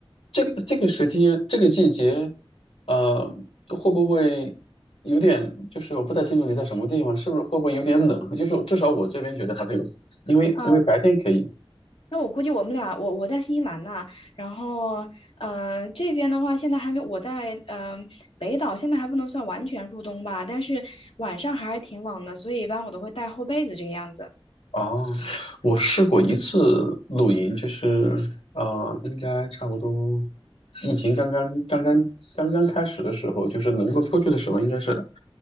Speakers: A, on the left (about 85°); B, on the left (about 70°).
A: 这个这个时期，这个季节，呃，会不会有点？就是我不太清楚你在什么地方，是不是会不会有点冷？就是至少我这边觉得还没有，因为因为白天可以。
B: 啊。那我估计我们俩，我我在新西兰呐，然后嗯、呃这边的话现在还没，我在嗯、呃北岛现在还不能算完全入冬吧，但是晚上还是挺冷的，所以一般我都会带厚被子这个样子。
A: 哦，我试过一次露营，就是呃，应该差不多疫情刚刚刚刚刚刚开始的时候，就是能够出去的时候，应该是